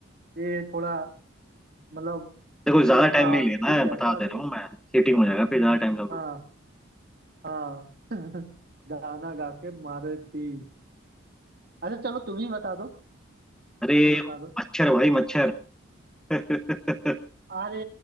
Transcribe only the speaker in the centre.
देखो ज्यादा
टाइम
नहीं लेना है बता
दे
रहा हूँ मैं सीटिंग हो जाएगा फिर ज्यादा टाइम लगेगा
<laughs> अरे
मच्छर भाई मच्छर <laughs>